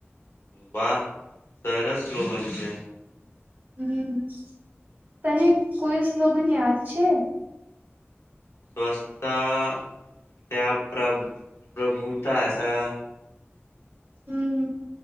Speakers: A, on the left; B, on the right.
A: વાહ સરસ સ્લોગન છે.
B: હમ્મ તને કોઈ સ્લોગન યાદ છે.
A: સ્વચ્છતા ત્યા પ્ર પ્રભુતાસા
B: હમ્મ